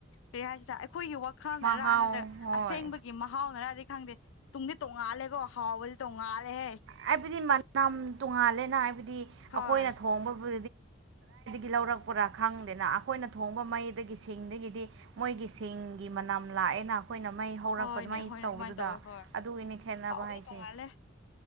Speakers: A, on the left (about 80°); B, on the right (about 65°).
A: ꯀ ꯍꯥꯏꯁꯤꯗ ꯑꯩꯈꯣꯏꯒꯤ ꯋꯥꯈꯜꯅꯔꯥ
B: ꯃꯍꯥꯎ
A: ꯅꯠꯇ꯭ꯔꯒ
B: ꯍꯣꯏ
A: ꯑꯁꯦꯡꯕꯒꯤ ꯃꯍꯥꯎꯅꯔꯥ ꯈꯪꯗꯦ ꯇꯨꯡꯗꯤ ꯇꯣꯡꯉꯥꯜꯂꯦꯀꯣ ꯍꯥꯎꯕꯗꯤ ꯇꯣꯡꯉꯥꯜꯂꯦꯍꯦ
B: ꯍꯥꯏꯕꯗꯤ ꯃꯅꯝ ꯇꯣꯡꯉꯥꯜꯂꯦꯅ ꯍꯥꯏꯕꯗꯤ ꯑꯩꯈꯣꯏꯅ
A: ꯍꯣꯏ
B: ꯊꯣꯡꯕꯕꯨ ꯏ ꯂꯧꯔꯛꯄ ꯈꯪꯗꯦꯅ ꯑꯩꯈꯣꯏꯅꯣꯡ ꯃꯗꯤ ꯃꯣꯏ ꯆꯤꯡꯒꯤ ꯃꯅꯝ ꯂꯥꯛꯑꯦꯅ ꯑꯩꯈꯣꯏꯅ ꯃꯩ ꯍꯧꯔꯛꯄ
A: ꯍꯣꯏꯅꯦ
B: ꯑꯗꯨꯃꯥꯏ
A: ꯍꯣꯏꯅꯦ
B: ꯇꯧꯕꯗꯨꯗ
A: ꯑꯗꯨꯃꯥꯏꯅ ꯇꯧꯋꯦ ꯍꯣꯏ
B: ꯑꯗꯨꯒꯤꯅꯤ ꯈꯦꯠꯅꯕ
A: ꯍꯥꯎꯕꯗꯤ
B: ꯍꯥꯏꯁꯦ
A: ꯇꯣꯡꯉꯥꯜꯂꯦ